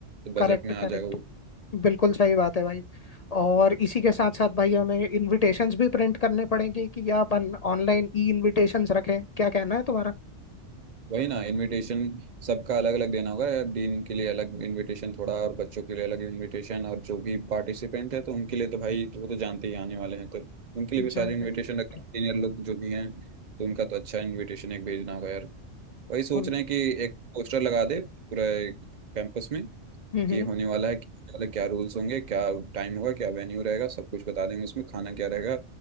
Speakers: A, on the left; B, on the right.
A: Correct
B: बजट में आ
A: correct
B: जाएगा वो
A: बिल्कुल सही बात है भाई और इसी के साथ साथ भाई हमें इनविटेशंस भी प्रिंट करने पड़ेंगे कि या अपन ऑनलाइन ई इनविटेशंस रखें क्या कहना है तुम्हारा
B: वही ना इनविटेशन सबका अलग अलग देना होगा या डीन के लिए अलग इनविटेशन थोड़ा और बच्चों के लिए अलग इनविटेशन और जो भी पार्टिसिपेंट है तो उनके लिए तो भाई वो तो जानते ही आने वाले हैं तो उनके लिए भी सारे
A: जानते
B: इनविटेशन
A: हैं
B: रखते हैं सीनियर लोग जो भी हैं तो उनका तो अच्छा इनविटेशन एक भेजना होगा यार वही सोच
A: हम
B: रहे हैं कि एक पोस्टर लगा दे पूरे कैंपस में
A: हम्म
B: कि होने वाला है क्या वाला क्या रूल्स होंगे क्या टाइम होगा क्या वेन्यू रहेगा सब कुछ बता देंगे उसमें खाना क्या रहेगा